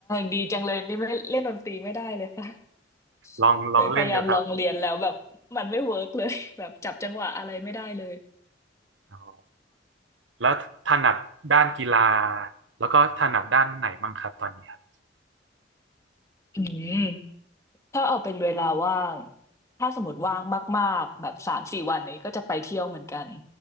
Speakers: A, on the left; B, on the right.
A: ดีจังเลยนี่ไม่เล่นดนตรีไม่ได้เลยค่ะ <laughs>
B: ลองลองเล่นดูครับ
A: เคยพยายามลองเรียนแล้วแบบมันไม่เวิร์กเลย <laughs> แบบจับจังหวะอะไรไม่ได้เลย
B: อ๋อแล้วถนัดด้านกีฬาแล้วก็ถนัดด้านไหนมั่งครับตอนนี้ครับ
A: อืม ถ้าเอาเป็นเวลาว่างถ้าสมมติว่างมากๆแบบสามสี่วันนี้ก็จะไปเที่ยวเหมือนกัน